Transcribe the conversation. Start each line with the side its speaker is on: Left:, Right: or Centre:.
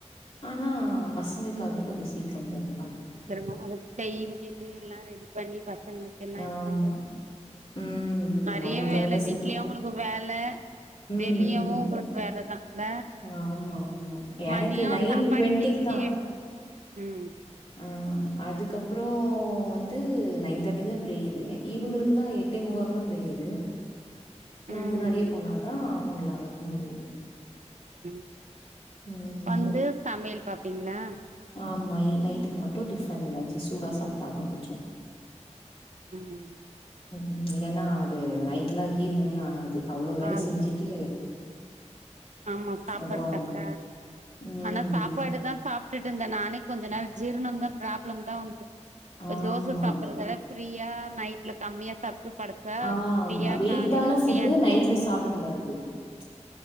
Left: ஆனா பசங்களுக்காக கொஞ்சோ சீக்கிர போணு
Right: சீக்கிரமா அவங்களுக்கு செய்ஞ்சுட்டு எல்லா ரெடி பண்ணி பசங்களுக்கு எல்லா
Left: ஆமா.
Right: இது பண்றதுக்கு
Left: ம், ம்.
Right: மரிய
Left: அவங்களுக்காக
Right: வேல
Left: தான்
Right: வீட்லயு
Left: சீக்கிரம்.
Right: உங்களுக்கு வேல
Left: ம்,
Right: வெளியவு
Left: ம்.
Right: உங்களுக்கு வேலதா இல்ல
Left: ஆமா ஆமா எனக்கு
Right: மதியோ
Left: நைன்
Right: சாப்பாடு
Left: டுவெண்டிக்கு
Right: செஞ்சு
Left: தா
Right: ம்
Left: ஆ அதுக்கப்றோ வந்து நைன் தேர்டி தா பிரேயரு இவங்களுக்குல்லா எ எட்டே முக்காக்குலா பிரேயரு நான்
Right: ம்
Left: முன்னாடியே போனாதா அவங்கள அனுப்ப முடியு
Right: ம்
Left: ம்.
Right: வந்து சமையல் பாப்பீங்ளா
Left: ஆமா நைட்டுக்கு மட்டு டிஃபன் எதாச்சு சூடா சாப்ட்டாதா கொஞ்சோ
Right: ம்
Left: ம்க்கு இல்லனா அது நைட்லா ஜீரணமே ஆகாது அவ்ளோ வேல
Right: அதா
Left: செஞ்சுட்டு
Right: ஆமா சாப்பாட்
Left: அப்புறம்
Right: தக்க
Left: ம்.
Right: ஆனா சாப்பாடு தா சாப்டிட்டுட்டு இருந்தே நானே கொஞ்ச நேரம் ஜீர்ணம் தா ப்ராப்ளம் தா <unintelligible>
Left: ஆமா.
Right: தோசை சாப்பிட்டுறத ஃப்ரீயா நைட்ல கம்மியா சாப்ட்டு படுத்தா
Left: ஆ
Right: ஃப்ரீயா
Left: வெயிட்டான
Right: காலையில ஃப்ரீயா
Left: புட் நைட்ல சாப்டக் கூடாது ப்ச்